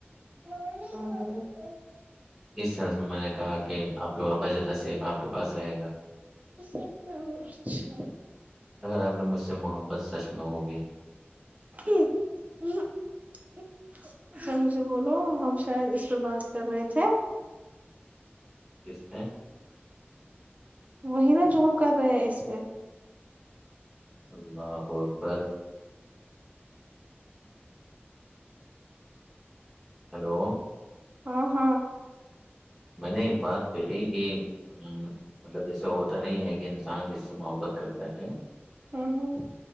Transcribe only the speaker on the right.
ا <unintelligible>
اچھ
ہ <unintelligible> اچھا مجھے بولو ہم شاید اس پہ بات کر رہے تھے
وہی نا جو ہ کر رہے ہیں اس پہ
ہ ہاں
این